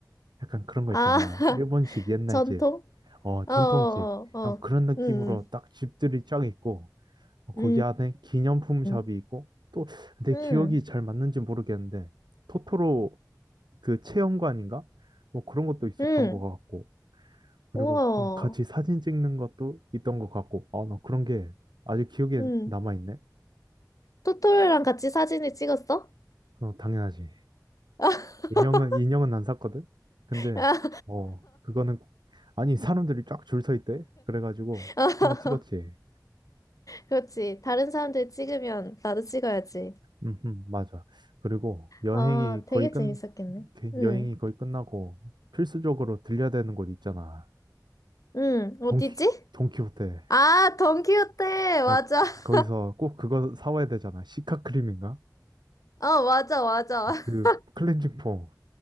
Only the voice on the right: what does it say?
약간 그런 거
있잖아.
일본식 옛날
집, 어, 전통집.
약간 그런 느낌으로
딱 집들이 쫙 있고, 어, 거기
안에 기념품 샵이
있고 또 내
기억이 잘 맞는지 모르겠는데 토토로 그 체험관인가? 뭐 그런 것도 있었던
것 같고 그리고
음, 같이 사진 찍는 것도 있던 것 같고 아, 나 그런 게 아직 기억에
남아있네.
어, 당연하지.
인형은 인형은 안 샀거든. 근데
어 그거는 꼭- 아니 사람들이 쫙 줄 서 있대. 그래가지고
하나 찍었지.
음, 맞아. 그리고 여행이
거의
끝,
게
여행이 거의 끝나고 필수적으로 들려야 되는 곳 있잖아.
돈키, 돈키호테.
아니, 거기서
꼭 그거 사와야 되잖아. 시카크림인가?
그
클렌징 폼.